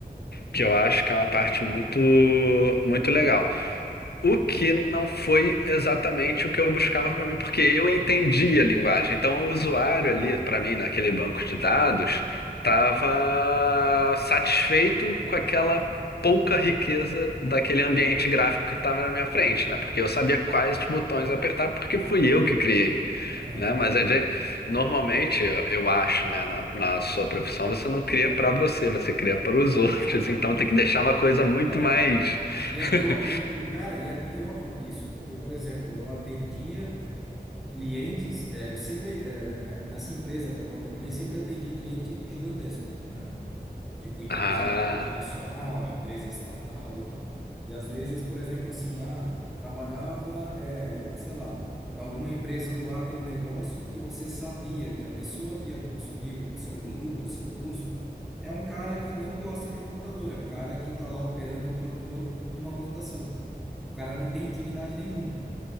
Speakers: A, on the left; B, in the centre.
A: que eu acho que é uma parte muito muito legal. O que não foi exatamente o que eu buscava para mim, porque eu entendi a linguagem. Então, o usuário ali, para mim, naquele banco de dados, estava satisfeito com aquela pouca riqueza daquele ambiente gráfico que estava na minha frente, né? Porque eu sabia quais botões apertar, porque fui eu que criei,
B: Aham.
A: né? Mas a gente, normalmente, eu eu acho, né, na, na sua profissão, você não cria para você, você cria para os <laughs> outros.
B: Ah,
A: Então, tem que deixar uma coisa muito
B: é.
A: mais.
B: E
A: <laughs>
B: é pior, e, é, e cara, e é pior do que isso, porque, por exemplo, eu atendia clientes, é, eu sempre, é, né, nessa empresa para qual eu trabalhei, sempre atendi cliente gigantesco, né? Tipo empresa
A: Ah.
B: multinacional, empresa estatal e tal. E às vezes, por exemplo, assim, ah, trabalhava, é, sei lá, para alguma empresa do agronegócio que você sabia que a pessoa que ia consumir o seu produto, o seu curso, é um cara que não gosta de computador, é um cara que está lá operando um trator numa plantação. O cara não tem intimidade nenhuma.